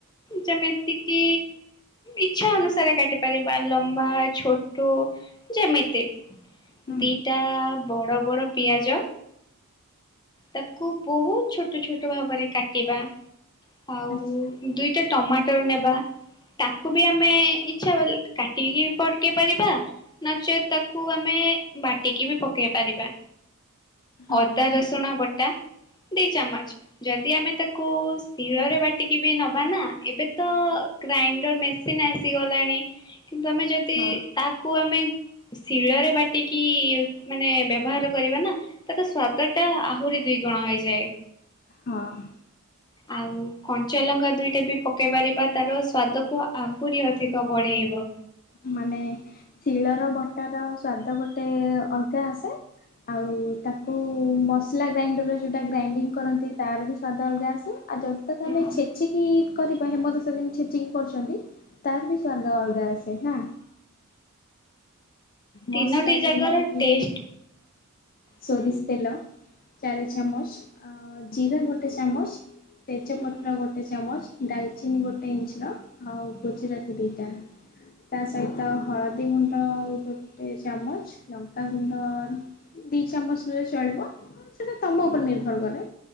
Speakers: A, on the left; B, on the left.
A: ଯେମିତିକି ଇଛା ଅନୁସାରେ କାଟି ପାରିବା ଲମ୍ବା, ଛୋଟ ଯେମିତି
B: ହୁଁ
A: ଦିଟା ବଡ଼ ବଡ଼ ପିଆଜ ତାକୁ ବହୁତ୍ ଛୋଟ ଛୋଟ ଭାବରେ କାଟିବା ଆଉ
B: ଆଚ୍ଛା
A: ଦୁଇଟା ଟମାଟର ନେବା। ତାକୁ ବି ଆମେ ଇଚ୍ଛା କାଟିକି ପକେଇପାରିବା ନଚେତ୍ ତାକୁ ଆମେ ବାଟିକି ବି ପକେଇ ପାରିବା,
B: ହଁ
A: ଅଦା ରସୁଣ ବଟା ଦି ଚାମଚ ଯଦି ଆମେ ତାକୁ ଶିଳରେ ବାଟିକି ବି ନବା ନା ଏବେ ତ ଗ୍ରାଇଣ୍ଡର ମେସିନ ଆସିଗଲାଣି କିନ୍ତୁ ଆମେ ଯଦି,
B: ହଁ
A: ତାକୁ ଆମେ ଶିଳରେ ବାଟିକି ମାନେ ବ୍ୟବହାର କରିବା ନା ତା ତ ସ୍ଵାଦ ଟ ଆହୁରି ଦୁଇ ଗୁଣ ହେଇଯାଏ।
B: ହଁ।
A: ଆଉ କଞ୍ଚାଲଙ୍କା ଦୁଇଟା ବି ପକେଇ ପାରିବା ତାର ସ୍ଵାଦକୁୁ ଆହୁରି ଅଧିକ ବଢେଇବ।
B: ମାନେ ଶିଳର ବଟାର ସ୍ଵାଦ <unintelligible> ବର୍ ଗୋଟେ ଅଲଗା ଆସେ ଆଉ ତାକୁ ମସଲା ଗ୍ରାଇଣ୍ଡର ଯେଉଁଟା ଗ୍ରାଇଙ୍ଗ୍ କରନ୍ତି ତାର ବି ସ୍ଵାଦ ଅଲଗା ଆସେ। ଆଉ ଯଦି ତାକୁ ଆମେ
A: ହଁ।
B: ଛେଚିକି କରିବା
A: ହଁ
B: ହେମଦସ୍ତା ଯେମିତି ଛେଚିକି କରୁଛନ୍ତି ତାର ବି ସ୍ଵାଦ ଅଲଗା ଆସେ ନା।
A: ତିନୋଟି
B: ମସଲା ଯେମିତି
A: ଜାଗାର
B: କି
A: ଟେଷ୍ଟ
B: ସୋରିଷ
A: ହୁଁ।
B: ତେଲ ଚାଳିଶ ଚାମଚ ଜିରା ଗୋଟେ ଚାମଚ ତେଜପତ୍ର
A: ହୁଁ।
B: ଗୋଟେ ଚାମଚ ଡାଲଚିନି ଗୋଟେ ଇଞ୍ଚର ଆଉ ଗୁଜୁରାତି ଦୁଇଟା ତା ସହିତ ହଳଦୀ ଗୁଣ୍ଡ ଆଉ ଗୋଟେ ଚାମଚ ଲଙ୍କାଗୁଣ୍ଡ ଦି ଚାମଚ ନଲେ ଚଳିବ, ସେଟା ତମ ଉପରେ ନିର୍ଭର କରେ।